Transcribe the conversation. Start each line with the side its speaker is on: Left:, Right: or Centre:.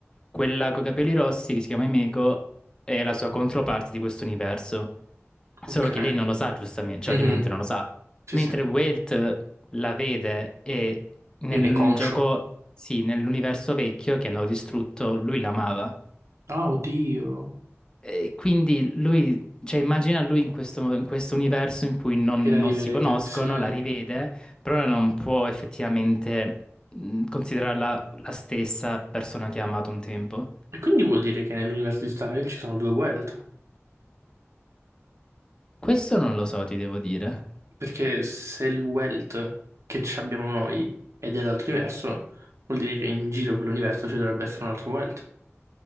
Left: quella con i capelli rossi, che si chiama Emeko, è la sua controparte di questo universo,
Right: ok.
Left: solo che lei non lo sa, giustamente, cioè
Right: Mhm,
Left: ovviamente non lo sa,
Right: Sì,
Left: mentre
Right: sì. Ne
Left: Welt la vede e nel
Right: è conscio.
Left: gioco, sì, nell'universo vecchio che hanno distrutto, lui l'amava.
Right: Ah, oddio,
Left: E quindi lui, cioè immagina lui in questo, in questo universo in cui non,
Right: che la
Left: non
Right: rivede,
Left: si conoscono,
Right: sì. E
Left: la rivede, però non può effettivamente mh, considerarla la stessa persona che ha amato un tempo.
Right: quindi vuol dire che nell'universo di Star Rail ci sono due Welt?
Left: Questo non lo so, ti devo dire.
Right: Perché se il wealth che ci abbiamo noi è dell'altro vuol dire che in giro per l'universo ci dovrebbe essere un altro wealth.